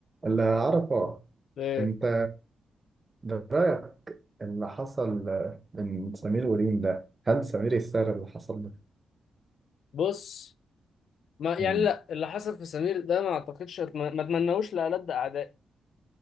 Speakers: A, on the right; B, on the left.
A: اللي أعرفه
B: إيه،
A: أنت برأيك اللي حصل من سمير وريم ده هل سمير يستاهل اللي حصل ده؟
B: بص ما
A: مم.
B: يعني لا اللي حصل في سمير ده ما اعتقدش أتم- ما اتمنوش لألد اعدائي